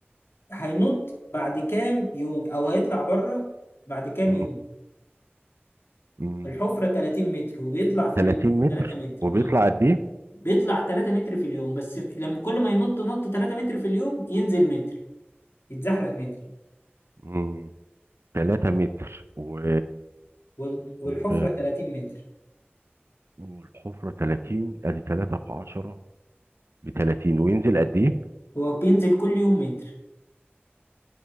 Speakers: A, on the left; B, on the right.
A: هينط بعد كام يوم او هيطلع بره بعد كام
B: مم.
A: يوم
B: مم.
A: الحفرة 30 متر وبيطلع في
B: 30
A: اليوم
B: متر
A: 3 متر
B: وبيطلع
A: اه
B: قد ايه؟
A: بيطلع 3 متر في اليوم بس لما كل ما ينط نط 3 متر في اليوم ينزل متر يتزحلق متر
B: مم. 3 متر و...
A: وال- والحفرة
B: و...
A: 30 متر
B: والحفرة 30 ادي 3 في 10 ب 30 وينزل قد ايه؟
A: هو بينزل كل يوم متر